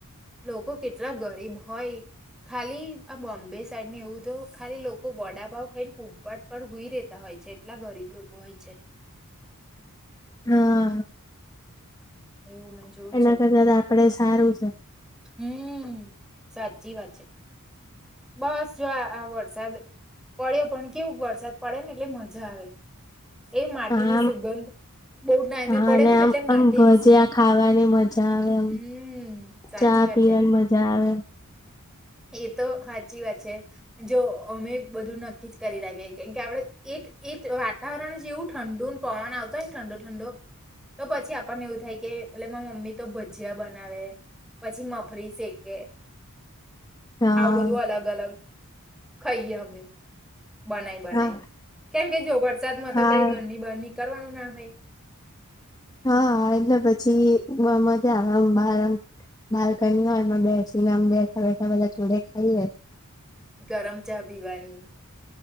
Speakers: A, in the centre; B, on the left (about 15°).
A: લોકો કેટલા ગરીબ હોય ખાલી આ બોમ્બે સાઈડને એવું તો ખાલી લોકો વડા પાઉં ખાઈને ફૂટપાથ પર સૂઈ રહેતા હોય છે-એટલા ગરીબ લોકો હોય છે.
B: હા.
A: એવું મેં જોયું
B: એના
A: છે
B: કરના આપડે સારું છે.
A: હમ. સાચી વાત છે. બસ જો, આ આ વરસાદ પડ્યો પણ કેવું વરસાદ પડેને! એટલે મજા આવે. એ માટીની
B: હા
A: સુગંધ બહુ ટાઈમ
B: હા
A: એ પડે
B: અને
A: હોય ને,
B: આમ
A: એટલે માટીની
B: આમ ભજીયા
A: સુગંધ
B: ખાવાની મજા આવે આમ
A: હમ. સાચી
B: ચા
A: વાત
B: પીવાની
A: છે
B: મજા. હા.
A: એ તો સાચી વાત છે. જો અમે બધું નક્કી જ કરી લખીએ, કેમ કે આપડે એ એ વાતાવરણ જેવું ઠંડુ ને પવન આવતો હોય. ને ઠંડો-ઠંડો તો પછી આપણને એવું થાય કે, એટલે મમ્મી તો ભજીયા બનાવે પછી મફરી શેકે.
B: હા
A: આવું બધું અલગ-અલગ ખાઈએ અમે. બનાય-બનાય,
B: હા
A: કેમકે જો વરસાદમાં
B: હા
A: તો કઈ ઘરની બહાર ની કરવાનું ના હોય.
B: હા, એટલે પછી મજા આવે, આમ બાર-બાલ્કની હો બેસીને બેઠા-બેઠા બધાં જોડે ખાઈએ.
A: ગરમ ચા પીવાની.